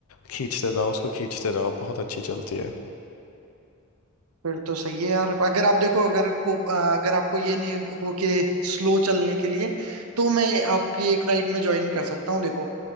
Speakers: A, on the left (about 75°); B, on the right (about 80°).
A: खींचते जाओ उसको खींचते जाओ बहुत अच्छी चलती है
B: फिर तो सही है यार अगर आप देखो अगर को आ, अगर आपको ये नहीं हो के स्लो चलने के लिए तो मैं आपकी एक राइड में ज्वाइन कर सकता हूँ देखो